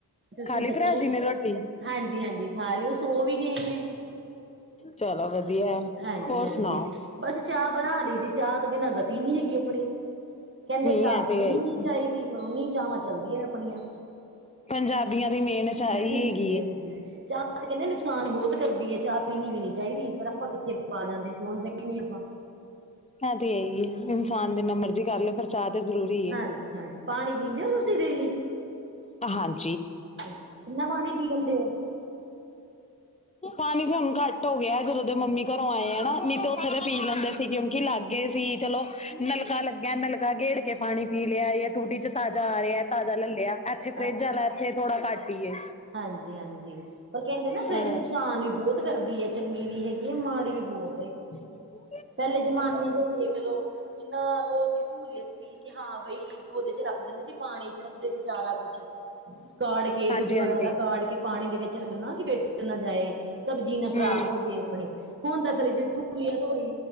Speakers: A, on the right; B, on the left.
A: ਤੁਸੀਂ
B: ਖਾਲੀ
A: ਦੱਸੋ
B: ਭਰਾ ਜੀ ਨੇ ਰੋਟੀ
A: ਹਾਂਜੀ ਹਾਂਜੀ ਖਾ ਲਈ ਉਹ ਸੋ ਵੀ ਗਏ ਨੇ।
B: ਚਲੋ ਵਧੀਆ।
A: ਹਾਂਜੀ
B: ਹੋਰ
A: ਹਾਂਜੀ
B: ਸੁਣਾਓ
A: ਬਸ ਚਾਹ ਬਣਾ ਰਹੀ ਸੀ ਚਾਹ ਤੋਂ ਬਿਨਾਂ ਗਤੀ ਨਹੀਂ ਹੈਗੀ। ਅਪਣੀ
B: ਨਹੀਂ
A: ਕਹਿੰਦੇ ਚਾਹ
B: ਐ
A: ਪੀਣੀ
B: ਤੇ ਹੈ ਹੀ
A: ਨੀ ਚਾਹੀਦੀ। ਉੱਨੀ ਚਾਵਾਂ ਚੱਲਦੀਆਂ ਐ ਅਪਣੀਆ।
B: ਪੰਜਾਬੀਆਂ ਦੀ ਮੇਨ ਚਾਹ
A: ਹਣਜੀ
B: ਹੀ ਹੈਗੀ
A: ਹਣਜੀ
B: ਏ
A: ਚਾਹ ਤੇ ਕਹਿੰਦੇ ਨੁਕਸਾਨ ਬਹੁਤ ਕਰਦੀ ਐ। ਚਾਹ ਪੀਣੀ ਵੀਨੀ ਚਾਹੀਦੀ ਪਰ ਆਪਾਂ ਕਿੱਥੇ ਬਾਜ ਆਂਦੇ ਸੁਣਦੇ ਇੰਨੀ ਆਪਾਂ।
B: ਹੈ ਤੇ ਇਹੀ ਐ ਇਨਸਾਨ ਜਿੰਨਾ ਮਰਜੀ ਕਰ ਲ ਪਰ ਚਾਹ ਤੇ ਜ਼ਰੂਰੀ
A: ਹਾਂਜੀ
B: ਐ।
A: ਪਾਣੀ ਪੀਂਦੇ ਔ ਤੁਸੀਂ ਡੇਲੀ।
B: ਪਹਾਨ।
A: ਕਿੰਨਾ ਪਾਣੀ ਪੀ ਲੈਂਦੇ ਔ।
B: ਪਾਣੀ ਤੇ ਹੁਣ ਘੱਟ ਔ ਗਿਆ ਜਦੋਂ ਦੇ ਮੰਮੀ ਘਰੋਂ ਆਏ ਆ ਨਾ ਨੀ ਤੇ ਉੱਥੇ ਤਾਂ ਪੀ ਲੈਂਦੇ ਸੀ ਕਿਉਂਕਿ ਲਾ ਗੇ ਸੀ ਚਲੋ ਨਲਕਾ ਲੱਗਿਆ ਨਲਕਾ ਗੇੜ ਕੇ ਪਾਣੀ ਪੀ ਲਿਆ ਯਾਂ ਟੂਟੀ ਚ ਤਾਜ਼ਾ ਆ ਰਿਹਾ ਤਾ ਅਲਾ ਲੇ ਲਿਆ ਇੱਥੇ ਫਰਿੱਜ
A: ਅੱਛਾ
B: ਆਲਾ ਇੱਥੇ ਥੋੜਾ ਘੱਟ ਈ ਏ।
A: ਹਾਂਜੀ ਹਾਂਜੀ ਪਰ ਕਹਿੰਦੇ ਨਾ ਫਰਿੱਜ
B: ਹਾਂ,
A: ਨੁਕਸਾਨ ਵੀ ਬਹੁਤ ਕਰਦੀ ਐ। ਚੰਗੀ ਵੀ ਹੈਗੀ ਐਂ ਮਾੜੀ ਵੀ ਬਹੁ
B: ਤੀਮੀ ਬੋ
A: ਪਹਿਲੇ ਜਮਾਨੇ ਚ ਵੇਖਲਓ ਕਿਨਾ ਔ ਸੀ। ਸਹੂਲੀਅਤ ਸੀ ਕਿ ਹਾਂ ਬਈ ਉਹਦੇ ਚ ਰੱਖ ਦਿੰਦੇ ਸੀ ਪਾਣੀ ਚ ਰੱਖਦੇ ਸੀ ਸਾਰਾ ਕੁਛ। ਕਾੜ ਕੇ
B: ਹਾਂਜੀ
A: ਦੁੱਧ ਵਗੈਰਾ
B: ਹਾਂਜੀ
A: ਕਾੜ ਕੇ ਪਾਣੀ ਦੇ ਵਿੱਚ ਰੱਖਣਾ ਕਿ ਫੇ ਨਾ ਜਾਏ। ਸਬਜ਼ੀ ਨਾ ਖ਼ਰਾਬ
B: ਹੂੰ
A: ਔ ਜੇ ਅਪਣੀ ਹੁਣ ਤਾਂ ਫਰਿਜ ਵੀ ਸੂਲੀਅਤ ਹੋਈ।